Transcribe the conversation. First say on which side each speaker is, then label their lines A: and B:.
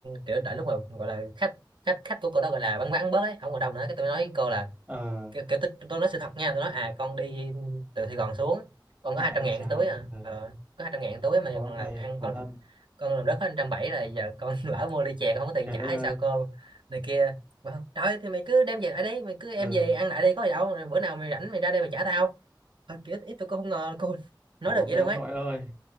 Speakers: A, on the right; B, on the right.
A: kiểu đợi lúc mà gọi là khách khách khách của cô đó gọi là vắng vắng bớt ấy không còn đông nữa cái tôi nói với cô là
B: Ờ
A: kiểu, kiểu tôi, tôi nói sự thật nha tôi nói à con đi từ Sài Gòn xuống con có
B: ngại
A: hai trăm
B: vậy
A: ngàn
B: trời.
A: túi à
B: Ờ.
A: ờ, có 200 ngàn túi mà giờ
B: Có
A: con
B: tay,
A: làm ăn
B: khổ
A: con
B: thân.
A: con làm rớt hết 170 rồi giờ con <laughs> lỡ mua ly chè con không có tiền
B: Trời
A: trả
B: đất
A: hay
B: ơi.
A: sao cô này kia bảo, trời ơi, thì mày cứ đem về lại đi mày cứ em
B: Ừ,
A: về ăn lại đi có gì đâu rồi bữa nào mày rảnh mày ra đây mày trả tao Thật kiểu ít tôi cũng không ngờ là cô nói
B: khổ
A: được vậy
B: vậy
A: luôn
B: ông
A: ấy
B: nội ơi.